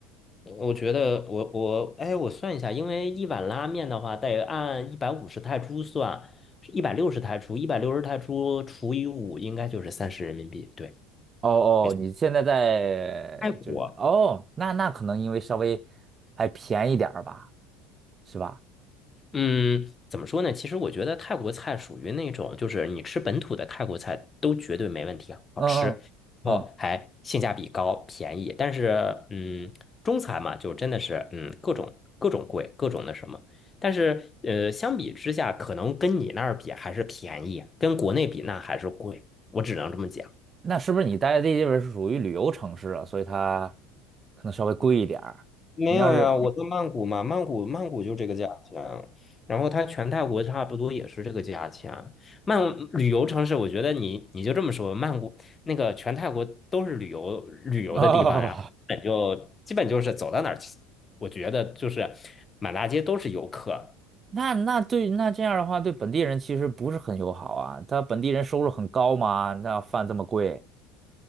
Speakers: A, on the left (about 25°); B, on the right (about 30°).
A: 我觉得我我哎，我算一下，因为一碗拉面的话，得按一百五十泰铢算，一百六十泰铢，一百六十泰铢除以五，应该就是三十人民币。对，
B: 哦哦，
A: 没错。
B: 你现在在就是哦，
A: 泰国，
B: 那那可能因为稍微还便宜点儿吧，是吧？
A: 嗯，怎么说呢？其实我觉得泰国菜属于那种，就是你吃本土的泰国菜都绝对没问题啊，好吃，
B: 嗯嗯嗯，
A: 然后还性价比高，便宜。但是，嗯，中餐嘛，就真的是，嗯，各种各种贵，各种那什么。但是，呃，相比之下，可能跟你那儿比还是便宜，跟国内比那还是贵。我只能这么讲。
B: 那是不是你待的这地方是属于旅游城市啊？所以它可能稍微贵一点儿。
A: 没有呀，
B: 你要是
A: 我在曼谷嘛，曼谷曼谷就这个价钱，然后它全泰国差不多也是这个价钱。曼旅游城市，我觉得你你就这么说，曼谷那个全泰国都是旅游旅游的地方，
B: 哦，
A: 然后基本就基本就是走到哪儿，我觉得就是满大街都是游客。
B: <laughs> 那那对那这样的话，对本地人其实不是很友好啊。他本地人收入很高嘛，那饭这么贵，